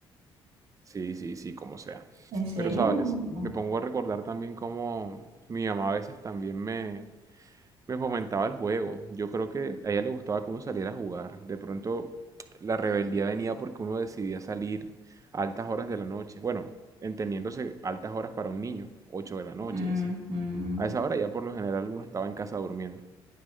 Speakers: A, on the right; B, on the right.
A: Sí, sí, sí, como sea.
B: ¿En serio?
A: Pero sabes,
B: No.
A: me pongo a recordar también cómo mi mamá a veces también me, Me fomentaba el juego. Yo creo que a ella le gustaba que uno saliera a jugar. De pronto la rebeldía venía porque uno decidía salir a altas horas de la noche. Bueno, entendiéndose altas horas para un niño, ocho de la noche
B: Ujú.
A: y así. A esa hora ya por lo general uno estaba en casa durmiendo.